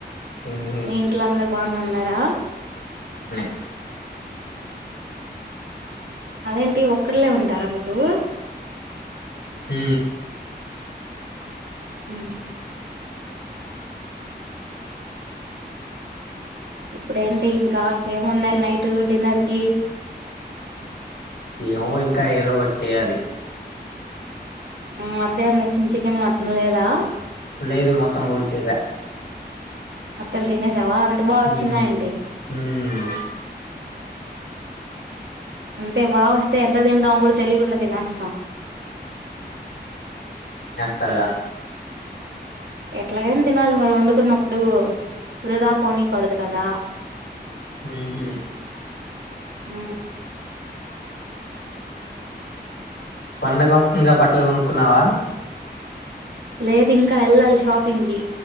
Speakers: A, on the left; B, on the right.
A: హుహు.
B: మీ ఇంట్లో అందరు బాగానే ఉన్నారా
A: అ
B: అదేంటి ఒక్కళ్లే ఉంటారా మీరు
A: హ
B: అ ఇప్పుడేంటి ఇంకా ఏముండారు నైట్ డిన్నర్ కి
A: ఏమో ఇంకా ఏదో ఒకటి చేయ్యాలి
B: మధ్యాహంచ్చిన చికెన్ మటన్ లేదా
A: లేదు మొత్తం ఓడిచసా
B: మొత్తం తినేసావా అంత బా వచ్చిందా
A: హ్మ్.
B: అంటి
A: హ్మ్.
B: అంతే బాగా వస్తే ఎంత తింటాం కూడా తెలియకుండా తినస్తాం
A: తరగా
B: ఎట్లాగైనా తినాలి మరి వండుకున్నప్పుడు వృధా పోనీయకూడదు కదా
A: హ హ
B: ఆ
A: పండగ వస్తుంది కా బట్టల కొనుక్కున్నావా
B: లేదు ఇంకా వెళ్ళాలి షాపింగ్ కి